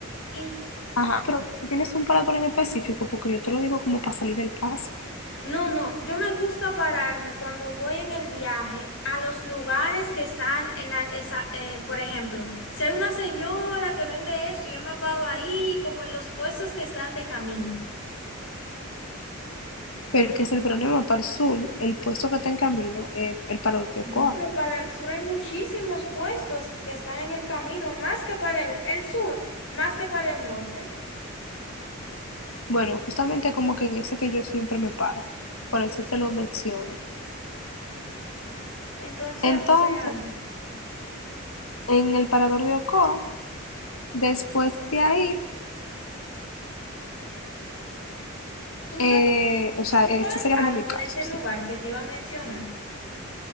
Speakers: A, on the left; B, on the left.
A: Y
B: Ajá, pero tú tienes un parador en específico, porque yo te lo digo como para salir del paso.
A: No, no, yo me gusta pararme cuando voy en el viaje a los lugares que están en la, esa- eh, por ejemplo, si hay una señora que vende esto, yo me paro ahí, como en los puestos que están de camino.
B: Pero que es el problema para el sur, el puesto que está en camino es el parador de
A: No,
B: Ocoa.
A: pero para el sur hay muchísimos puestos que están en el camino, más que para el, el sur, más que para el norte.
B: Bueno, justamente como que en ese que yo siempre me paro, por eso te lo menciono.
A: Entonces,
B: Entonces,
A: o sea,
B: en el parador de Ocoa, después de ahí,
A: tú
B: eh,
A: sabes,
B: o sea,
A: tú
B: este
A: sabes
B: sería
A: algo
B: como mi caso,
A: de ese
B: sí.
A: lugar que te iba a mencionar.